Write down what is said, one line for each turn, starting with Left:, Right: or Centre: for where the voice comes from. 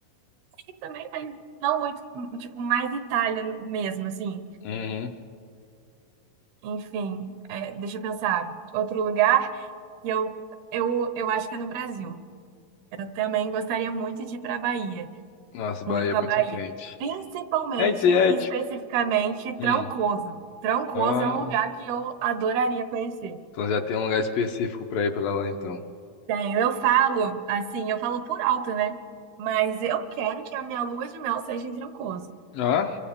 Right: e também, mas não muito, tipo, mais Itália mesmo, assim.
Left: Uhum.
Right: Enfim, é, deixa eu pensar. Outro lugar E eu, eu, eu acho que é no Brasil. Eu também gostaria muito de ir para a Bahia,
Left: Nossa, Bahia
Right: muito para
Left: é muito
Right: a Bahia.
Left: quente.
Right: Principalmente,
Left: É, isso aí, é,
Right: e
Left: tipo...
Right: especificamente, Trancoso.
Left: Hum.
Right: Trancoso
Left: Ó,
Right: é um lugar que eu adoraria conhecer.
Left: então já tem um lugar específico pra ir pra lá, então.
Right: Bem, eu falo, assim, eu falo por alto, né? Mas eu quero que a minha lua de mel seja em Trancoso.
Left: Ó,